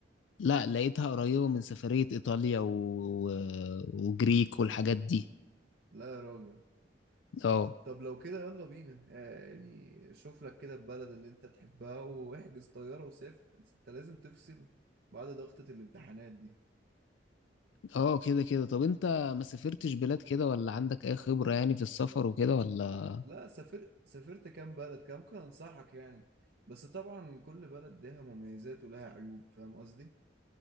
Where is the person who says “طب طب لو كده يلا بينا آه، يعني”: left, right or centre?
Right